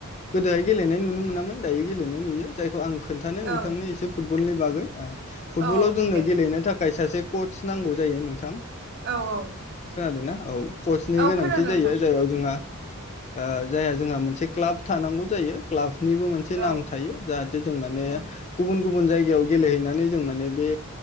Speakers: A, on the left (about 30°); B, on the right (about 50°).
A: गोदोहाय गेलेनाय नुनो मोनामोन दायो गेलेनाय नुयो जायखौ आं खोन्थानो नोंथांनि
B: औ
A: एसे फुटबलनि बागै फुटबलाव
B: औ बुं
A: जोंनो
B: दे
A: गेलेनो थाखाय सासे कच नांगौ जायो नोंथां
B: औ औ
A: खोनादोंना औ कचनि
B: औ
A: गोनांथि
B: खोनादों
A: जायो
B: नोंथां
A: जायाव जोंहा ओ जायहा जोंहा मोनसे क्लाब थानांगौ जायो क्लाब निबो मोनसे नाम
B: औ
A: थायो जाहाथे जों माने
B: उम
A: गुबुन गुबुन जायगायाव गेलेहैनानै जों माने बे